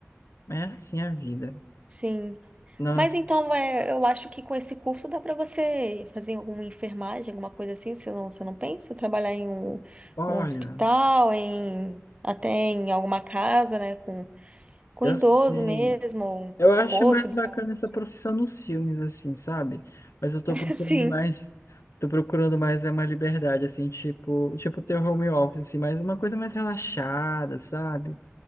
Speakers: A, on the left; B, on the right.
A: é assim a vida.
B: Sim.
A: Nossa,
B: Mas então, é, eu acho que com esse curso dá para você fazer alguma enfermagem, alguma coisa assim, você não, você não pensa? Trabalhar em um,
A: olha,
B: um hospital, em até em alguma casa, né, com, com
A: eu
B: idoso
A: sei.
B: mesmo, ou um
A: Eu acho
B: posto
A: mais
B: de
A: bacana
B: saúde.
A: essa profissão nos filmes, assim, sabe? Mas eu tô
B: <laughs>
A: procurando
B: Sim.
A: mais. Tô procurando mais é uma liberdade, assim, tipo, tipo ter home office, assim, mas uma coisa mais relaxada, sabe?